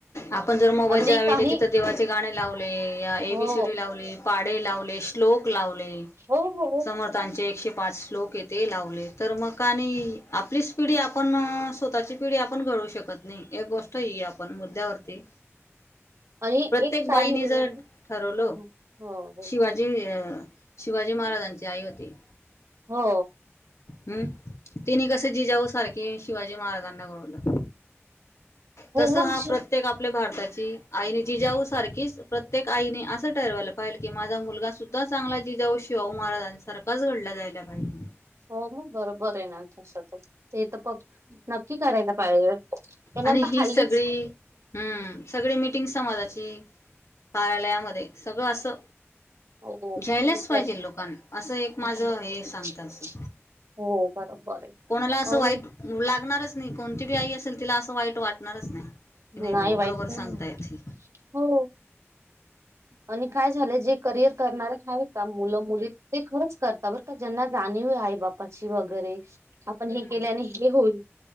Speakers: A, on the left; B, on the right.
A: आपण जर मोबाईलच्या
B: आणि
A: ऐजी
B: काही
A: तिथं देवाचे गाणे लावले, या
B: हो
A: एबीसीडी लावले, पाडे लावले श्लोक लावले,
B: हो हो
A: समर्थांचे एकशे पाच श्लोक हे ते लावले तर मग आणि आपलीच पिढी आपण स्वतःची पिढी आपण घडवू शकत नाही एक गोष्ट ये आपण मुद्द्यावरती
B: आणि
A: प्रत्येक
B: एक काय
A: बाईने
B: हो
A: जर ठरवलं
B: हो हो हो
A: शिवाजी
B: हो
A: अ शिवाजी महाराजांची आई होती
B: हो
A: हम् तिने कसं जिजाऊ सारखे शिवाजी महाराजांना घडवलं तस
B: मग
A: हा प्रत्येक आपल्या भारता ची आईनी जिजाऊ सारखीच प्रत्येक आईने आसं ठरवायला पाहेल की माझा मुलगा सुद्धा चांगला जिजाऊ शिवाह महाराजां सारखच घडला जायला पाहिजे
B: हो मग बरोबर हेना तस त हे त पग नक्की करायला पाहिजे पण
A: आणि
B: आता
A: ही
B: हल्लीच
A: सगळी हम् सगळी मिटिंग समाजाची कार्यालयामध्ये सगळं असं
B: हो, हो
A: घ्यायलाच
B: ठीक
A: पाहिजे लोकांना असं एक माझं
B: आहे
A: हे सांगत असं
B: <unintelligible> हो बरोबर आहे
A: कोणाला असं
B: अन
A: वाईट लागणारच नाही कोणती बी आई असेल तिला असं वाईट वाटणारच नाही.
B: नाही
A: भावा
B: वाइट
A: बरोबर
B: नाही
A: सांगतायत
B: म्हण
A: हे
B: हो आणि काय झालं जे करियर करणारे आहेत का मुलं मुली ते खरंच करतात बरं का ज्यांना जाणीव हे आई बापाची वगैरे आपण
A: हम्म
B: हे केल्यानी हे होइल